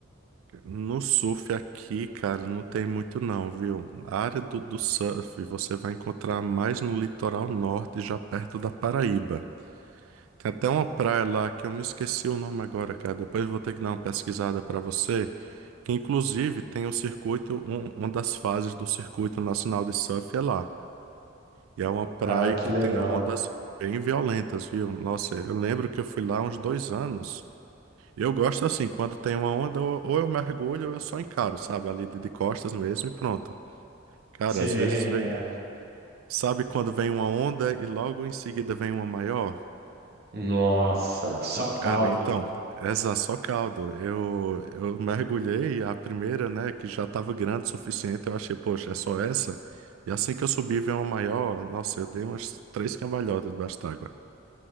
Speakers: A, on the right; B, on the right.
A: No surf aqui, cara, não tem muito não, viu? A área do, do surf você vai encontrar mais no litoral norte, já perto da Paraíba. Tem até uma praia lá que eu me esqueci o nome agora, cara. Depois eu vou ter que dar uma pesquisada pra você. Que inclusive tem o circuito, um- uma das fases do Circuito Nacional de Surf é lá. E é uma praia
B: Ah,
A: que
B: que legal.
A: tem ondas bem violentas, viu? Nossa, eu lembro que eu fui lá há uns dois anos. Eu gosto assim, quando tem uma onda, ou ou eu mergulho ou eu só encaro, sabe? Ali de de costas mesmo e pronto. Cara,
B: Você
A: às vezes
B: é.
A: vem. Sabe quando vem uma onda e logo em seguida vem uma maior?
B: Nossa, só caldo.
A: Cara, então, essa só caldo. Eu, eu mergulhei a primeira, né, que já tava grande o suficiente. Eu achei, poxa, é só essa? E assim que eu subi, veio uma maior. Nossa, eu dei umas três cambalhotas debaixo d'água.